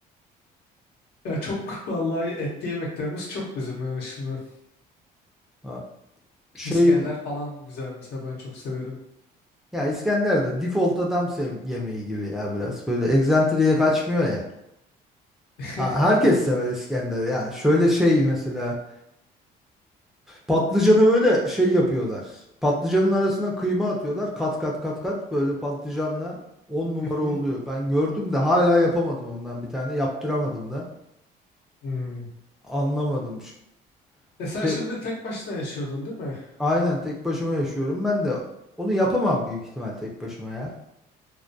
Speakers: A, on the left; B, in the centre.
A: Ya çok vallahi etli yemeklerimiz çok bizim yani şimdi.
B: Ha, şey
A: İskender
B: mi?
A: falan güzel mesela ben çok severim.
B: Ya İskender'de default adam sev yemeği gibi ya biraz. Böyle egzantriye kaçmıyor ya.
A: <laughs>
B: Ha, herkes sever İskender. Ya şöyle şey mesela Patlıcanı böyle şey yapıyorlar. Patlıcanın arasına kıyma atıyorlar. Kat kat kat kat böyle patlıcanla 10 numara
A: Hı hı.
B: oluyor. Ben gördüm de hala yapamadım ondan bir tane. Yaptıramadım da.
A: Hmm.
B: Anlamadım. Ş-
A: E sen
B: Şey
A: şimdi tek başına yaşıyordun değil mi?
B: aynen tek başıma yaşıyorum. Ben de onu yapamam büyük ihtimal tek başıma ya.